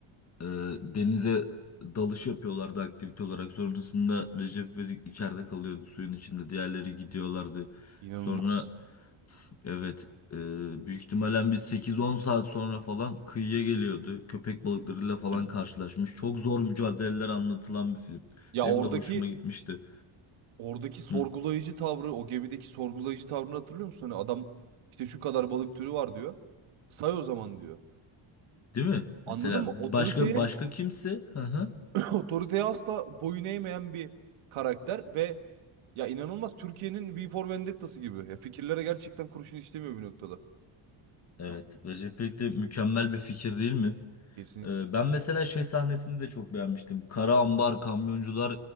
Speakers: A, on the left (about 30°); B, on the right (about 75°).
A: E, denize dalış yapıyorlardı aktivite olarak. Sonrasında Recep İvedik içeride kalıyordu suyun içinde. Diğerleri gidiyorlardı.
B: İnanılmaz.
A: Sonra evet e, büyük ihtimalle bir sekiz on saat sonra falan kıyıya geliyordu. Köpek balıklarıyla falan
B: <clears throat>
A: karşılaşmış. Çok zor mücadeleler anlatılan bir film.
B: Ya
A: Benim
B: oradaki
A: de hoşuma gitmişti.
B: oradaki sorgulayıcı
A: Hı.
B: tavrı, o gemideki sorgulayıcı tavrını hatırlıyor musun? Hani adam işte şu kadar balık türü var diyor. Say o zaman diyor.
A: Değil mi?
B: Anladın
A: Mesela
B: mı? Otoriteye
A: başka başka kimse? Hı hı.
B: <clears throat> otoriteye asla boyun eğmeyen bir karakter ve ya inanılmaz Türkiye'nin V for Vendetta'sı gibi. Ya fikirlere gerçekten kurşun işlemiyor bir noktada.
A: Evet. Recep İvedik de mükemmel bir fikir değil mi?
B: Kesinlikle.
A: Ee, Ben mesela şey sahnesini de çok beğenmiştim. Kara Ambar Kamyoncular